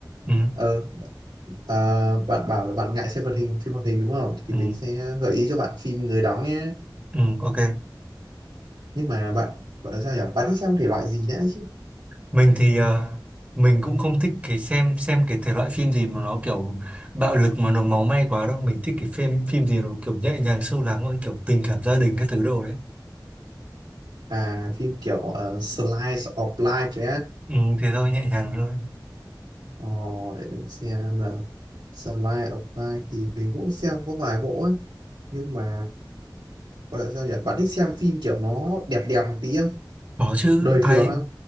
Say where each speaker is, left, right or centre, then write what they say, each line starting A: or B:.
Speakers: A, on the right; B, on the right.
A: Ừ,
B: ờ à, bạn bảo là bạn ngại xem hoạt hình phim hoạt hình đúng không thì
A: ừ,
B: mình sẽ gợi ý cho bạn phim người đóng nhé
A: ừ, ok.
B: nhưng mà bạn gọi là sao nhỉ bạn thích xem thể loại gì đã chứ
A: mình thì ờ, mình cũng không thích cái xem xem cái thể loại phim gì mà nó kiểu bạo lực mà nó máu me quá đâu mình thích cái phim phim gì nó kiểu nhẹ nhàng sâu lắng thôi kiểu tình cảm gia đình các thứ đồ đấy
B: à phim kiểu ờ, slice of life đấy á
A: ừ, thế thôi nhẹ nhàng thôi
B: ờ, để mình xem nào slice of life thì mình cũng xem có vài bộ á nhưng mà gọi là sao nhỉ bạn thích xem phim kiểu nó đẹp đẹp một tí không
A: có chứ
B: đời
A: ai
B: thường á,